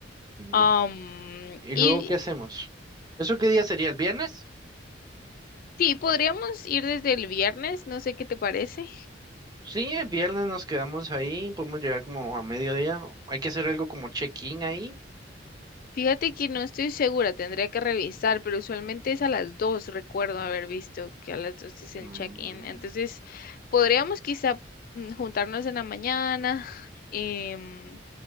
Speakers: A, on the left; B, on the right.
A: Am,
B: va. ¿Y
A: y
B: luego qué hacemos? ¿Eso qué día sería? ¿El viernes?
A: Sí, podríamos ir desde el viernes, no sé qué te parece.
B: Sí, el viernes nos quedamos ahí, podemos llegar como a mediodía. Hay que hacer algo como check-in ahí.
A: Fíjate que no estoy segura, tendría que revisar, pero usualmente es a las 2, recuerdo haber visto que a las 2 es el
B: Mm,
A: check-in. Entonces, podríamos quizá mm, juntarnos en la mañana, <laughs> em,